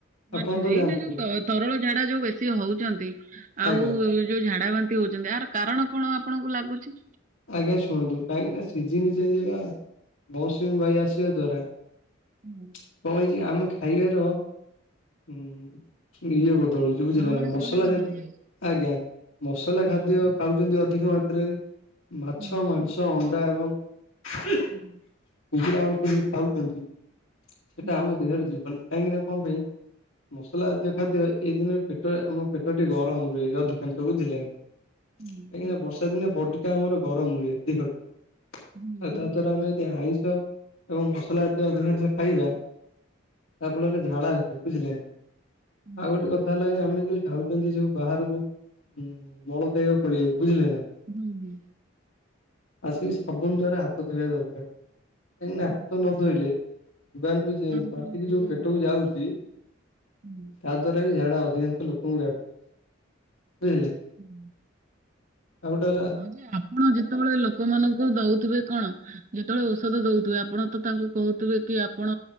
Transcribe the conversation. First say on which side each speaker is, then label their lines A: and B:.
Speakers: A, on the left; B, on the right.
A: ଆପଣ
B: ଆଚ୍ଛା
A: ତ
B: ଏଇନା
A: ଜାଣିଥିବେ
B: ଯୋଉ ତରଳ ଝାଡା ଯୋଉ ବେଶୀ ହଉଚନ୍ତି
A: ଆଜ୍ଞା
B: ଆଉ ଯୋଉ ଝାଡା ବାନ୍ତି ବେଶୀ ହଉଛନ୍ତି ଆର କାରଣ କଣ ଆପଣଙ୍କୁ ଲାଗୁଚି?
A: ଆଜ୍ଞା ଶୁଣନ୍ତୁ କାହିଁକି ନା ସିଜୀନି ଚେଞ୍ଜେ ହେବା ମୋୖଷୁମି ବାୟୁ ଆସିବା ଦ୍ୱାରା
B: ହୁଁ
A: <unintelligible> ଇଏ ଆମେ ଖାଇବାର ମ-ମ ଇଏ ବଦଳିଚି। ଯୋଉ ବୁଝିଲେ
B: ରହଣି
A: ନା ମସଲା
B: ସହଣି ବଦଳି
A: ଜାତୀୟ
B: ଯାଇଛି।
A: ଆଜ୍ଞା ମସଲା
B: ହୁଁ
A: ଖାଦ୍ୟ ଖାଉଚନ୍ତି ଅଧିକ ମାତ୍ରାରେ ମାଛ,
B: ହୁଁ
A: ମାଂସ, ଅଣ୍ଡା ଏବଂ କୁକୁଡ଼ା
B: ହୁଁ
A: ମାଂସ ଯୋଉ ଖାଉଚନ୍ତି ସେଟା
B: ହୁଁ
A: ଆମ ଦେହରେ ଯିବନି କାହିଁକି ନା କଣ ପାଇଁ ମସଲା ଜାତୀୟ ଖାଦ୍ୟ ଏଇ ଦିନେ ପେଟ ଆମ ପେଟଟି ଗରମ ରୁହେ ଅଧିକାଂଶ ବୁଝିଲେ ନା।
B: ହୁଁ।
A: କାହିଁକିନା ବର୍ଷା ଦିନେ ବଡିିଟା ଆମର ଗରମ ରୁହେ ଦେହ। ଆଉ
B: ହୁଁ
A: ତ ଧର ଆମେ ଯଦି ଆଇଁଷ ଏବଂ ମସଲା ଜାତୀୟ ଅଧିକାଂଶ ଖାଇବା ତା ଫଳରେ ଝାଡା ହେବେ ବୁଝିଲେ।
B: ହୁଁ
A: ଆଉ ଗୋଟେ କଥା ହେଲା ଆମେ ଯୋଉ ଯାଉଚନ୍ତି ସବୁ ବାହାରକୁ ଉଁ ମଳତ୍ୟାଗ କରିବାକୁ ବୁଝିଲେ ନା।
B: ହୁଁ।
A: ଆସିକି ସାବୁନ ଦ୍ୱାରା ହାତ ଧୋଇବା ଦରକାର। କାହିଁକି ନା
B: ହୁଁ
A: ହାତ ନ ଧୋଇଲେ ଜୀବାଣୁ ଯୋଉ ଯେମ
B: ତାରକୁ
A: ପାଟିକି
B: ଯିବା
A: ଯୋଉ ପେଟକୁ ଯାଉଚି
B: ହୁଁ।
A: ତା ଦ୍ଵାରା ବି ଝାଡା ହଉ ଅଧିକାଂଶ ଲୋକଙ୍କୁ ବ୍ୟାପ ବୁଝିଲେ।
B: ହୁଁ।
A: ଆଉ ଗୋଟେ ହେଲା
B: ହଁ ଯେ ଆପଣ ଯେତେବେଳେ ଲୋକମାନଙ୍କୁ ଦଉଥିବେ କଣ ଯେତେବେଳେ ଓଷଦ ଦଉଥିବେ ଆପଣ ତ ତାଙ୍କୁ କହୁଥିବେ କି ଆପଣ